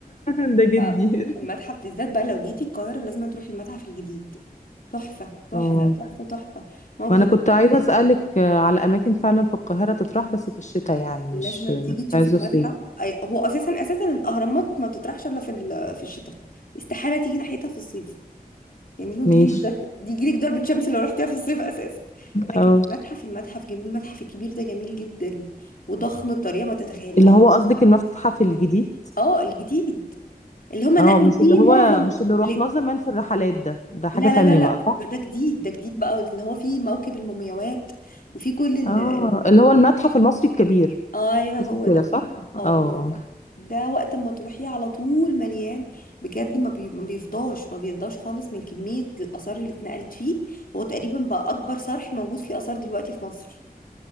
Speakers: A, on the left; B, on the left.
A: <laughs> ده جدي
B: ف- المتحف بالذات بقى لو جيتي القاهره لازم تروحي المتحف الجديد تحفه تحفه
A: اه
B: تحفه تحفه موقف
A: ما انا كنت عايزه اسالك على اماكن فعلا في القاهره تطرح بس في الشتاء يعني مش
B: لازم
A: مش
B: تيجي تشوفي
A: عايزه
B: المتحف
A: صيف
B: أي- هو اساسا اساسا الاهرامات ما تطرحش الا في ال- في الشتاء استحاله تيجي ناحيتها في الصيف يعني هو يجيلك
A: ماشي
B: ضرب دي يجيلك ضربة شمس لو رحتيها في الصيف اساسا لكن
A: اه
B: المتحف المتحف جميل المتحف الكبير ده جميل جدا وضخم بطريقه ما تتخيليها
A: اللي هو قصدِك المتحف الجديد؟
B: اه الجديد اللي هم نقلوا
A: آه، مش
B: فيه
A: اللي هو
B: معظم
A: مش اللي رُحناه
B: ال-
A: زمان في الرحلات ده، ده حاجة
B: لا
A: تانية
B: لا لا لا
A: بقى صح؟
B: ده ده جديد ده جديد بقى اللي هو فيه موكب المومياوات وفيه كل ال...
A: آه،
B: ال...
A: اللي هو المتحف المصري الكبير،
B: ايوه هو
A: اسمه
B: ده
A: كده صح؟
B: اه
A: آه، آه،
B: هو ده ده وقت ما تروحي على طول مليان بجد ما, بي... ما بيفضاش ما بيفضاش خالص من كمية الآثار اللي اتنقلت فيه هو تقريبا بقى أكبر صرح موجود فيه آثار دلوقتي في مصر